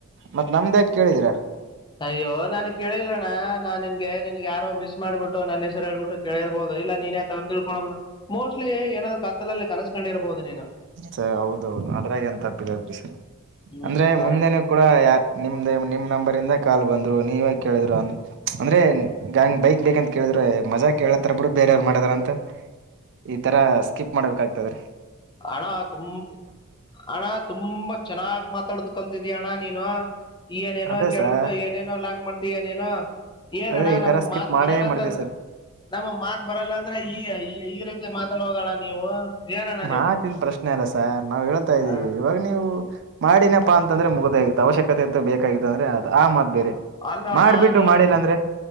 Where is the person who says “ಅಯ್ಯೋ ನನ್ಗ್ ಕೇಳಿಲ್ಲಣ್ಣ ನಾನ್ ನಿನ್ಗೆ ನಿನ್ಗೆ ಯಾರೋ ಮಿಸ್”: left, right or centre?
Left